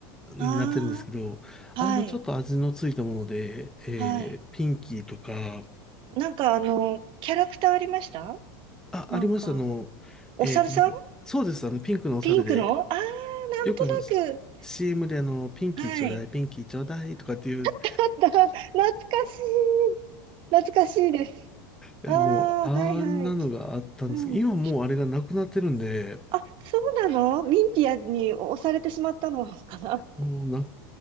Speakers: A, in the centre; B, on the right.
A: になってるんですけど、
B: ああ、
A: あれのちょっと味のついたもので、
B: はい。
A: えー、
B: はい。
A: ピンキーとか、
B: なんかあの、キャラクターありました
A: あ、
B: なんか、
A: ありました、あの、
B: お猿さん
A: えっと、なんか、そうです、あの、ピンクのお猿で、
B: ピンクのああー、なんとなく。
A: よくあの、CM であの、ピンキーちょうだい、
B: はい。
A: ピンキーちょうだいとかっていう
B: あった、懐かしい。懐かしいです。
A: いや、
B: ああ、
A: もう、あんなのがあったんですけど、
B: はいはい。うん。
A: 今もうあれがなくなってるんで、
B: あ、そうなのミンティアに押されてしまったのか
A: もうな、